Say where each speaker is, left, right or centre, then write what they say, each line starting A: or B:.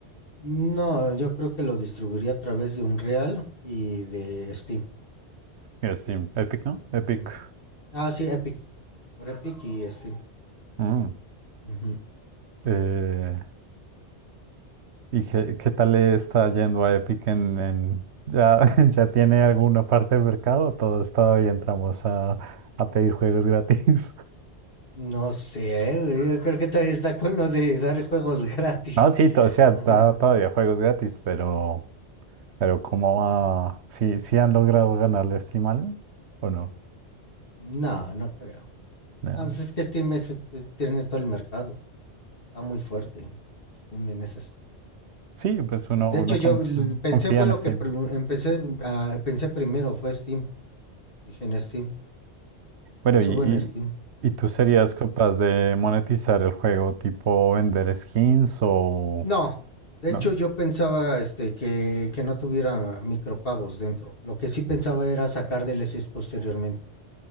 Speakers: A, on the left; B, on the right.
A: No, yo creo que lo distribuiría a través de Unreal y de Steam.
B: En Steam, Epic, ¿no? Epic.
A: Ujú. Ah, sí, Epic. Por Epic y Steam.
B: Mm.
A: Ujú.
B: Eh, ¿y qué, qué tal le está yendo a Epic en, en- ya, <laughs> ya tiene alguna parte del mercado? Todos todavía entramos a, a pedir juegos gratis.
A: No sé, güey, yo creo que todavía está con lo de dar juegos gratis.
B: No, sí, to-
A: <laughs>
B: o sea, da
A: Ajá.
B: todavía juegos gratis, pero, pero ¿cómo va? ¿Sí, sí han logrado ganarle a Steam algo? ¿O no?
A: No, no creo.
B: No.
A: Ah, pues es que Steam es- es- tiene todo el mercado. Está muy fuerte Steam en ese aspecto.
B: Sí, pues uno,
A: De
B: uno
A: hecho, yo
B: conf-
A: l- pensé
B: confía
A: fue
B: en
A: lo
B: Steam.
A: que prim- empecé, a- pensé primero, fue Steam. Dije en Steam,
B: Bueno,
A: lo subo
B: y, y,
A: en Steam.
B: ¿y tú serías capaz de monetizar el juego tipo vender skins o
A: No, de
B: no?
A: hecho yo pensaba este, que, que no tuviera micropagos dentro. Lo que sí pensaba era sacar DLCs posteriormente,